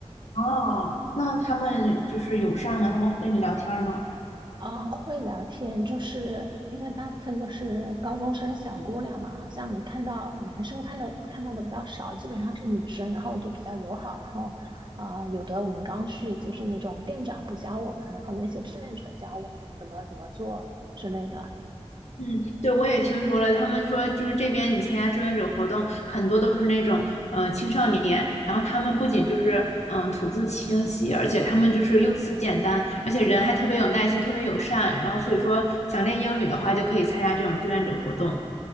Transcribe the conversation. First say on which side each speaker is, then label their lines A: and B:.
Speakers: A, on the left (about 75°); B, on the right (about 40°).
A: 哦，那他们就是友善吗？他们会跟你聊天吗？
B: 啊，会聊天，就是因为大部分都是高中生小姑娘嘛，好像没看到男生看的看到的比较少，基本上是女生，然后都比较友好，然后啊、有的我们刚去就是那种店长不教我们，然后那些志愿者教我们怎么怎么做之类的。
A: 嗯，对，我也听说了，他们说就是这边你参加志愿者活动，很多都是那种呃青少年，然后他们不仅就是嗯、呃吐字清晰，而且他们就是用词简单，而且人还特别有耐心，特别友善，然后所以说想练英语的话就可以参加这种志愿者活动，